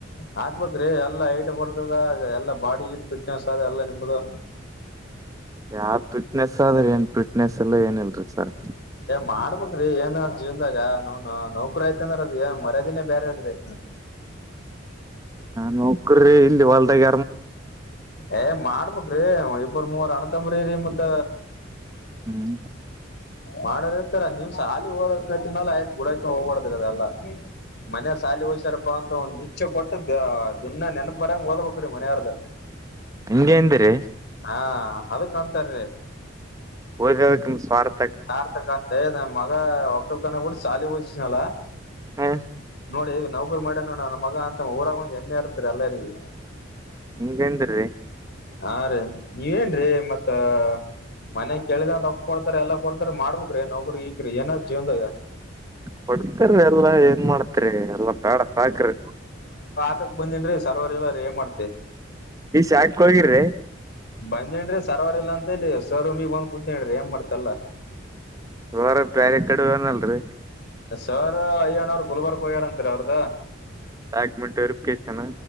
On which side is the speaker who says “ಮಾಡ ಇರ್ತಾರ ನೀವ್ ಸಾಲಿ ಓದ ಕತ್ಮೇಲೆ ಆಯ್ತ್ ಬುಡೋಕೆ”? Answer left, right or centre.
Left